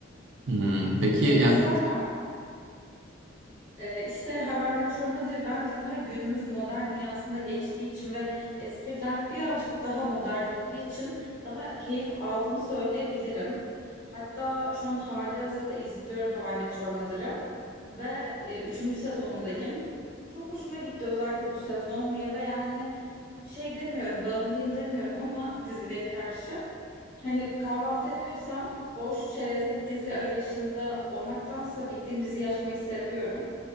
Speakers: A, on the right; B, on the left.
A: Hmm, peki
B: Ee,
A: yani...
B: sonra Ee, işte Haber Met Your Mother bence daha günümüz modern dünyasında geçtiği için ve espriler birazcık daha modern olduğu için daha keyif aldığımı söyleyebilirim. Hatta şu an hali hazırda izliyorum Haber Met Your Mother'ı ve e, üçüncü sezondayım. Çok hoşuma gitti özellikle bu sezon diye ve yani şey demiyorum bağımlıyım demiyorum ama diziye karşı. Hani kahvaltı ediyorsam boş çerezlik dizi arayışında olmaktansa bildiğim diziyi açmayı seviyorum.